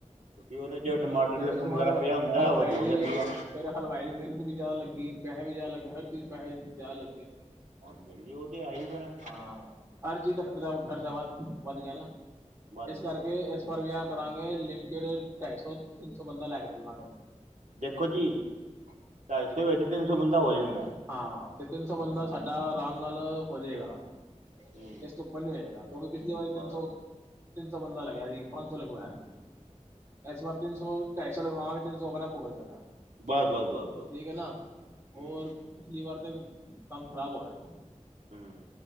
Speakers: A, on the right; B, on the right.
A: ਕਿਉਂਕਿ ਉਹਦੇ ਚ ਟਮਾਟਰ
B: ਹਨਾ ਫੇਿਰ ਉਸ
A: ਲਸਣ
B: ਤੋਂ ਬਾਅਦ
A: ਵਗੈਰਾ ਪਿਆ ਹੁੰਦਾ
B: ਹਲਵਾਈ
A: ਉਹ ਬੋਲ
B: ਦੀ
A: ਜਾਂਦੀ ਆ
B: ਫੇਿਰ ਹਲਵਾਈ ਦੀ ਮਿਹਨਤ ਵੀ ਜ਼ਿਆਦਾ ਲੱਗੀ ਪੈਸੇ ਵੀ ਜ਼ਿਆਦਾ ਲੱਗੇ ਹਰ ਚੀਜ਼ ਪੈਸੇ ਜ਼ਿਆਦਾ ਲੱਗੇ
A: ਹਾਂਜੀ ਜੀ ਉਹ ਤੇ ਹੈ ਹੀ ਫੇਿਰ
B: ਹਾਂ ਹਰ ਚੀਜ਼ ਦਾ ਖਰਚਾ ਖਰਚਾ ਵ ਵੱਧ ਗਿਆ ਨਾ
A: ਵੱਧ
B: ਇਸ
A: ਗਿਆ
B: ਕਰਕੇ
A: ਵੱਧ ਗਿਆ।
B: ਇਸ ਇਸ ਵਾਰ ਵਿਆਹ ਕਰਾਂਗੇ ਲਿਮਟਡ ਢਾਈ ਸੌ ਤਿੰਨ ਸੌ ਬੰਦਾ ਲੈ ਕੇ ਚਲਾਂਗੇ
A: ਦੇਖੋ ਜੀ ਢਾਈ ਸੌ ਅੇ ਤਿੰਨ ਸੌ ਬੰਦਾ ਹੋ ਜਾਂਦਾ
B: ਹਾਂ ਤੇ ਤਿੰਨ ਸੌ ਬੰਦਾ ਸਾਡਾ ਆਰਾਮ ਨਾਲ ਹੋ ਜਾਏਗਾ
A: ਹੂੰ
B: ਇਹ ਸੌਪਨਵੇਂ ਹੈਗਾ ਕਿਉਂਿ ਪਿਛਲੀ ਵਾਰੀ ਤਿੰਨ
A: ਹੂੰ
B: ਸੌ ਤਿੰਨ ਸੌ ਬੰਦਾ ਲੱਗਿਆ ਸੀ ਪੰਜ ਸੌ ਲਿਗਵਾਇਆ ਸੀ ਇਸ ਵਾਰ ਤਿੰਨ ਸੌ ਢਾਈ ਸੌ ਲਵਾਵਾਂਗੇ ਤਿੰਨ ਸੌ ਆਪਣਾ ਭੁਗਤ ਜਾਣਾ ਹੈ
A: ਬਸ ਬਸ ਬਸ ਬਸ
B: ਠੀਕ ਹੈ ਨਾ ਹੋਰ
A: ਹੂੰ
B: ਪਿਛਲੀ ਵਾਰ ਤੇ ਕੰਮ ਖ਼ਰਾਬ ਹੋ ਗਿਆ ਜੇ
A: ਹਮ